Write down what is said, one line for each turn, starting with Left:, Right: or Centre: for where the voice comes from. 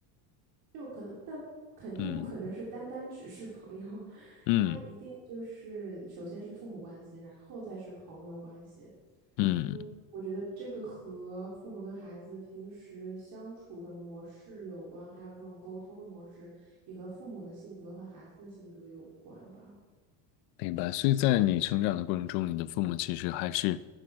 Right: 就可能，但肯定不可能是单单只是朋友，
Left: 嗯
Right: <laughs>
Left: 嗯
Right: 他一定就是首先是父母关系，然后再是朋友关系。
Left: 嗯，
Right: 嗯，我觉得这个和父母跟孩子平时相处的模式有关，还有这种沟通的模式，也和父母的性格和孩子的性格有关吧。
Left: 明白。所以在你成长的过程中，你的父母其实还是